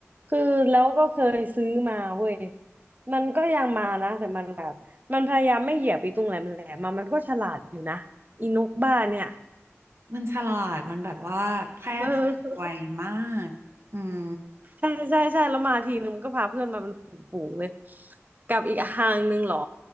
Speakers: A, on the right (about 35°); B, on the right (about 60°).
A: คือแล้วก็เคยซื้อมาเว้ยมันก็ยังมานะแต่มันแบบมันพยายามไม่เหยียบไปตรงแหลมแหลมมามันก็ฉลาดอยู่นะอีนกบ้าเนี่ย
B: มันฉลาด มันแบบว่าแพร่พันธุ์ไวมากอืม
A: เออ ใช่ใช่ใช่แล้วมาทีนึงมันก็พาเพื่อนมาเป็นฝูงๆเลยกับอีกทางหนึ่งเหรอ